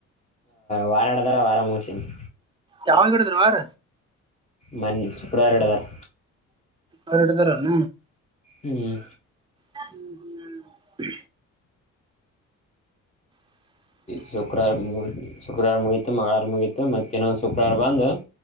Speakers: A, on the left (about 20°); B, on the right (about 15°).
A: ವಾರಾಡ ಥರ ವಾರ ಮುಗಸಂದು
B: ಯಾವಾಗ ಕಡದರುವಾರ
A: ಮನ್ ಶುಕ್ರವಾರಡಗರ್
B: ಹೊಟದರ್ಣ
A: ಹ್ಮ್
B: ಹ್ಮ್ ಹ್ಮ್ <inaudible>
A: ಶುಕ್ರವಾರ ಮುಗು ಶುಕ್ರವಾರ ಮುಗೀತು ಮಂಗಳವಾರ ಮುಗೀತು ಮತ್ತ ಇನ್ನೊಂದು ಶುಕ್ರವಾರ ಬಂದು